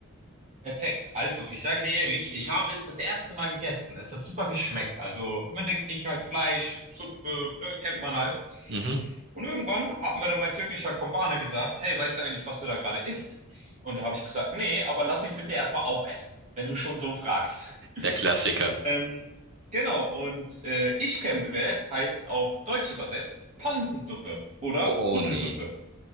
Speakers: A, on the right; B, on the right.
A: Perfekt. Also, ich sage dir ehrlich, ich habe es das erste Mal gegessen. Es hat super geschmeckt. Also, man denkt sich halt Fleisch, Suppe, ne, kennt man halt.
B: Mhm.
A: Und irgendwann hat mir dann mein türkischer Kumpane gesagt, hey, weißt du eigentlich, was du da gerade isst? Und da habe ich gesagt, nee, aber lass mich bitte erstmal aufessen, wenn du schon so fragst. <laughs>
B: Der Klassiker.
A: Ähm, genau, und äh, Işkembe heißt auf Deutsch übersetzt Pansensuppe oder
B: Oh,
A: Kuttelsuppe.
B: oh nee.